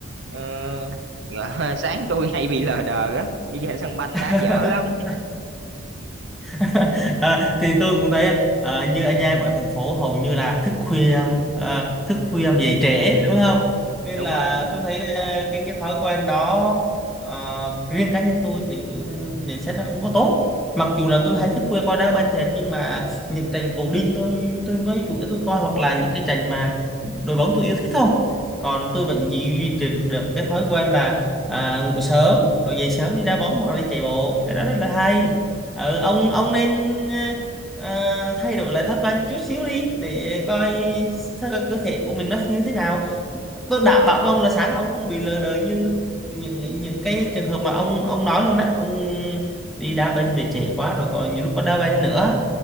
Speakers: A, on the right (about 55°); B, in the centre.
A: Ờ, ngờ- <laughs> sáng tôi hay bị lờ đờ á bây giờ sân banh đá
B: <laughs>
A: dở lắm
B: <laughs> à, thì tôi cũng thấy à, như anh em ở thành phố hầu như là thức khuya à, thức khuya mà dậy trễ đúng không nên
A: đúng
B: là
A: rồi
B: tôi thấy à, cái cái thói quen đó à, riêng cá nhân tôi thì tôi nhận xét là không có tốt mặc dù là tôi hay thức khuya coi đá banh thiệt nhưng mà những trận cầu đinh tôi tôi mới chủ yếu tôi coi hoặc là những cái trận mà đội bóng tôi yêu thích thôi còn tôi vẫn duy duy trì được cái thói quen là à, ngủ sớm rồi dậy sớm đi đá bóng hoặc là đi chạy bộ cái đó rất là hay ừ, ông ông nên ờ, ờ, thay đổi lại thói quen chút xíu đi để coi thơ cơ thể của mình nó như thế nào tôi đảm bảo với ông là sáng ông không bị lờ đờ như những những cái trường hợp mà ông ông nói luôn á ông đi đá banh về trễ quá rồi còn nhiều lúc có đá banh nữa